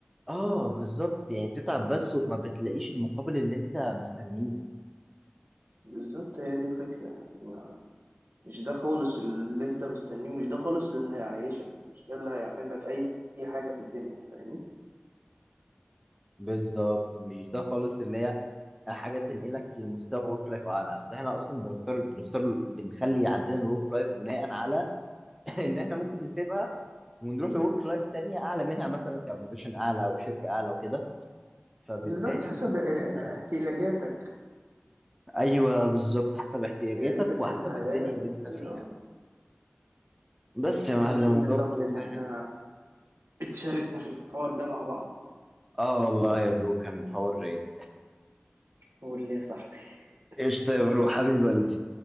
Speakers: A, in the centre; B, on the right.
A: اه بالظبط يعني بتتعب بس وما بتلاقيش المقابل اللي انت مستنيه
B: بالظبط هي دي الفكرة يعني ما مش ده خالص اللي انت مستنيه مش ده خالص اللي هيعيشك مش ده اللي هيعمل لك اي أي حاجة في الدنيا فاهمني
A: بالظبط مش ده خالص اللي هي حاجه تنقلك لمستوى ورك لايف اعلى اصل احنا اصلا بنختار بنختار بنخلي عندنا الورك لايف بناء على <laughs> ان احنا ممكن نسيبها ونروح لورك لايف تانية اعلى منها مثلا كبوزيشن اعلى او شركه اعلى وكده فبالتالي
B: بالظبط حسب
A: بيكون
B: إيه- احتياجاتك
A: ايوه بالظبط حسب احتياجاتك
B: احتياجاتك
A: وحسب
B: في الحياة
A: الدنيا
B: بت...
A: اللي انت فيها
B: اه
A: بس
B: انا
A: يا معلم
B: مبسوط
A: وبرضه
B: يا صاحبي
A: فاهم
B: ان احنا اتشاركنا في الحوار ده مع بعض
A: اه والله يا برو كان حوار رايق
B: قول لي يا صاحبي
A: قشطة يا برو حبيبي قلبي